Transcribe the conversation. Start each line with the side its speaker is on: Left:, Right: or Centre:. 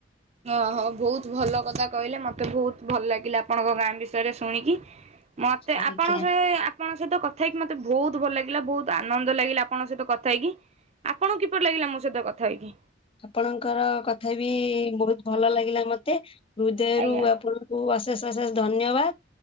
Right: ଓହୋ ବହୁତ ଭଲ କଥା କହିଲେ, ମତେ ବହୁତ ଭଲ ଲାଗିଲା ଆପଣଙ୍କ ଗାଁ ବିଷ ୟରେ ଶୁଣିକି ମତେ
Left: ଆଜ୍ଞା
Right: ଆପଣ ସେ ଆ ଆପଣଙ୍କ ସହିତ କଥା ହେଇକି ମତେ ବହୁତ ଭଲ ଲାଗିଲା ବହୁତ ଆନନ୍ଦ ଲାଗିଲା ଆପଣଙ୍କ ସହିତ କଥା ହେଇକି। ଆପଣଙ୍କୁ କିପରି ଲାଗିଲା ମୋ ସହିତ କଥା ହେଇକି?
Left: ଆପଣଙ୍କର କଥା ବି ବହୁତ ଭଲ ଲାଗିଲା ମତେ ହୃଦୟରୁ
Right: ଆଜ୍ଞା
Left: ଆପଣ ଙ୍କୁ ଅଶେଷ ଅଶେଷ ଧନ୍ୟବାଦ।